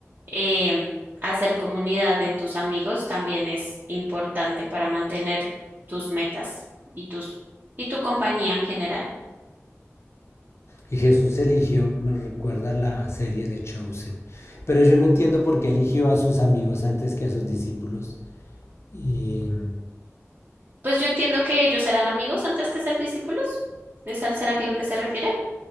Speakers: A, on the right (about 40°); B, on the left (about 60°).
A: eh, hacer comunidad en tus amigos también es importante para mantener tus metas y tus y tu compañía en general.
B: Y Jesús eligió, me recuerda la serie de Chosen. Pero yo no entiendo por qué eligió a sus amigos antes que a sus discípulos. Y
A: Pues yo entiendo que ellos serán amigos antes que ser discípulos. ¿Es al- será que lo que se refiere?